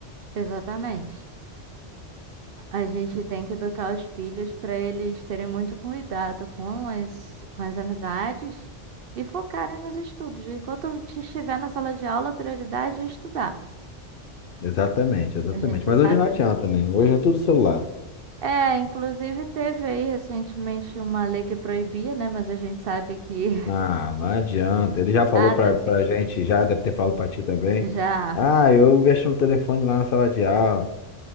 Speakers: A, on the right (about 60°); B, on the left (about 55°).
A: exatamente. A gente tem que educar os filhos para eles terem muito cuidado com as, com as amizades e focarem nos estudos. Enquanto estiver na sala de aula, a prioridade é estudar.
B: Exatamente, exatamente.
A: A gente
B: Mas
A: sabe
B: hoje não adianta, né? Hoje é tudo celular.
A: É, inclusive teve aí recentemente uma lei que proibia, né? Mas a gente sabe que
B: Ah, não adianta.
A: <laughs>
B: Ele já falou
A: nada
B: pra,
A: é seguido.
B: pra gente, já deve ter falado pra ti também.
A: Já
B: Ah, eu mexo no telefone lá na sala de aula.